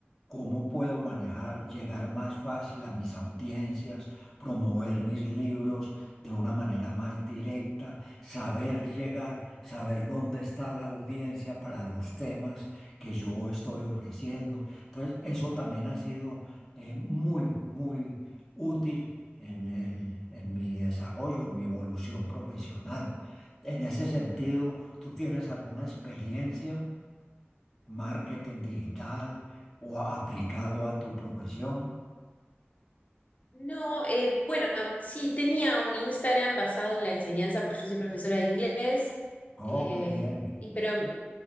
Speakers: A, in the centre; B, on the left.
A: ¿Cómo puedo manejar, llegar más fácil a mis audiencias, promover mis libros de una manera más directa, saber llegar, saber dónde está la audiencia para los temas que yo estoy ofreciendo? Entonces, eso también ha sido eh, muy, muy útil en el- en mi desarrollo, en mi evolución profesional. En ese sentido, ¿tú tienes alguna experiencia, marketing digital o a- aplicado a tu profesión?
B: No, eh, bueno, sí, tenía un Instagram basado en la enseñanza, porque yo soy profesora de inglés,
A: Oh,
B: eh,
A: qué bien.
B: y pero